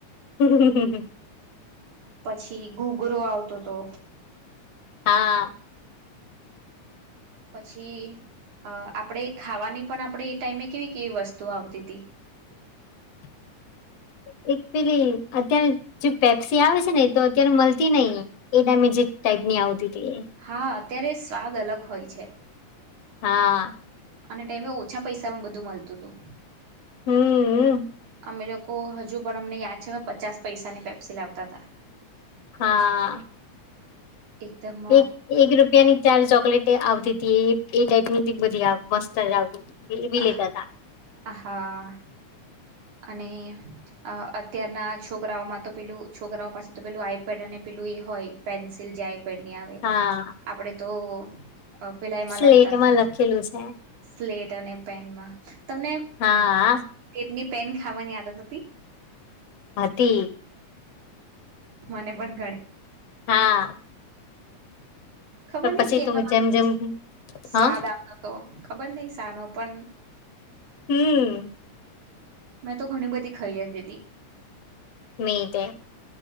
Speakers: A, on the left; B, on the right.
A: હમ હ હમ હ
B: પછી ગુગરો આવતો હતો
A: હા
B: પછી અ આપણેે ખાવાની પણ આપણે એ ટાઈમે કેવી કેવી વસ્તુ આવતી હતી
A: <inaudible> એક પેલી અત્યારે જે પેપ્સી આવે છે ને તો અત્યારે મળતી નઈિ એ ડેમેજી ટ આવતી હતી એ
B: હા અત્યારે સ્વાદ અલગ હોય છે
A: હા
B: અને ટાઈમે ઓછા પૈસામાં બધું મળતું હતું
A: હમ
B: અમે લોકો હજુ પણ અમને યાદ છે પચાસ પૈસાની પેપ્સી લાવતા હતા
A: હા
B: એકદમ
A: એક એક રૂપિયાની ચાર ચોકલેટ આવતી હતી એ એ ટાઈપ ની બધી મસ્ત જ આવતી હતી એ બી
B: અ
A: લેતા હતા
B: આહા અને અ અત્યારના છોકરાઓમાંતો પેલું છોકરાઓ પાસે તો પેલું આઈપેડ અને પેલું હોય પેન્સિલ જે આઇપેડની આવે
A: હા
B: આપડે તો અ પેલા એમાં
A: સ્લેટમાં
B: લખતા હતા
A: લખેલું છે
B: સ્લેટ અને પેનમાં તમને
A: હા
B: સ્લેટની પેન ખાવાની આદત હતી
A: હતિ
B: મને પણ ઘણી
A: હા
B: ખબર
A: પણ
B: નઈ
A: પછી
B: ક <unintelligible>
A: તું જેમ જેમ
B: સ્વાદ
A: હા
B: આવતો હતો ખબર નહીં સાનો પણ
A: હમ
B: મેં તો ઘણી બધી ખાઇ જતિતી
A: મેય તે